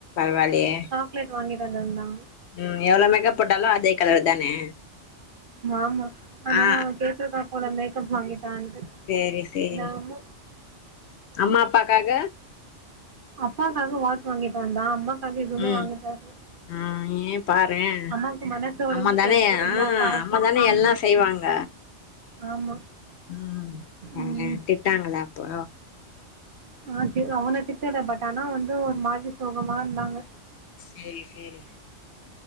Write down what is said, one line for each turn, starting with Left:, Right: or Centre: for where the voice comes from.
Left: பரவாலியே
Right: க்லேட் வாங்கிட்டு வந்திருந்தான்
Left: ம் எவ்ளோ மேக்கப் போட்டாலும் அதே கலர் தானே
Right: ஆமா அதனால
Left: ஆ
Right: அவ கேட்ருக்கா போல மேக்கப் வாங்கி தான்ட்டு
Left: சேரி சேரி
Right: என்னாமோ
Left: அம்மா அப்பாக்காக
Right: அப்பாக்காக வாட்ச் வாங்கிட்டு வந்தான் அம்மா க்கு எதுவுமே
Left: ம்
Right: வாங்கிட்டு வரல
Left: ஆ ஏ பாரே
Right: அம்மாக்கு மனச ஒடஞ்ஜி
Left: அம்மா தானே
Right: போயிடுச்சு
Left: ஆ
Right: இவ்ளோ பாத்து
Left: அம்மாதானே
Right: ம்
Left: எல்லாம் செய்வாங்க
Right: ஆமா
Left: ம் பாரேன்
Right: ம்
Left: திட்னாங்களா அப்போ
Right: ஆ அவன திட்டல பட் ஆனா வந்து ஒரு மாதிரி சோகமா இருந்தாங்க
Left: சேரி சேரி